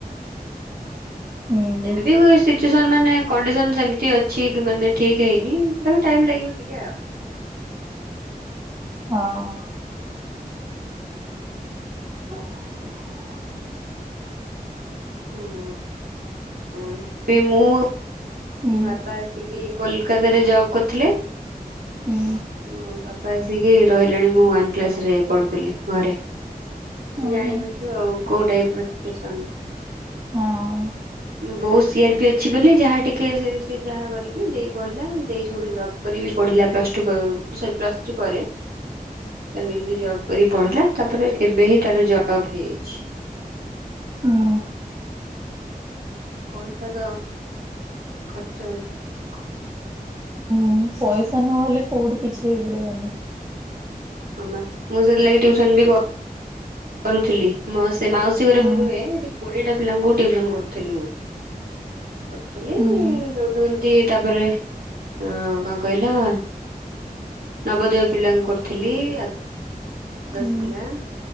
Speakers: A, on the right; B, on the right.
A: ହୁଁ
B: ଏବେ ବି ବି ସିଚୁଏସନ ମାନେ କଣ୍ଡିସନ ସେମତି ଅଛି କି ମାନେ ଠିକ ହେଇନି। ତଥାପି ଟାଇମ୍ ଲାଗିବ ଟିକେ ଆଉ।
A: ହଁ। <unintelligible>
B: ହୁଁ। ହୁଁ ସେଇ ମୁଁ।
A: ହୁଁ
B: ମୋ ବାପା ଆସିକି କୋଲକାତାରେ ଜବ କରିଥିଲେ।
A: ହୁଁ
B: ମୋ ବାପା ଆସିକି ରହିଲେଣି ମୁଁ ୱାନ୍ କ୍ଲାସ୍ ରେ ପଢୁଥିଲି ଘରେ।
A: ଓହୋ।
B: ଜାଣିପାରୁଥିବେ ଆଉ କୋଉ ଟାଇପର ସିଚୁଏସନ।
A: ହଁ।
B: ବୋଉ ସି ଆର ପି ଅଛି ବୋଲି ଯାହା ଟିକ କିଏ ସେ ସେ ଯାହା କରିକି ଦେଇ ପଢ଼ିଲା ଦେଇ ସେଇଠୁ ଜବ୍ କରିକି ବି ପଢ଼ିଲା ପ୍ଲସ୍ ଟୁ ପ ସରି ପ୍ଲସ୍ ଥ୍ରୀ ପରେ
A: <inaudible>
B: ତାର ନିଜେ ଜବ କରିକ ପଢିଲା ତାପରେ ଏବେ ହିଁ ତାର ଜବ ହେଇଚି।
A: ହୁଁ।
B: ପଇସା ତ ଖର୍ଚ୍ଚ ହଉଚି ଆଉ କଣ।
A: ହୁଁ ପଇସା ନହେଲେ କୋଉଠି କିଛି ହେଇପାରିବନି।
B: ହଁ ବା ମୁଁ ସେଥିଲାଗି ଟିଉସନ ବି କ କରୁଥିଲି ମ ସେ ମାଉସୀ ଘରେ
A: ହଁ
B: ମୁଁ ରୁହେ ସେଠି କୋଡିଏଟା ପିଲାଙ୍କୁୁ ଟିଉସନ କରୁଥିଲି ମୁଁ। କରୁଥିଲି
A: ହୁଁ
B: ଉଁ ସେଉଠୁ ଏମତି ତାପରେ ଅ କଣ କହିଲ ନବୋଦୟ ପିଲାଙ୍କୁ କରୁଥିଲି ଆଦର୍ଶ
A: ହୁଁ
B: ପିଲା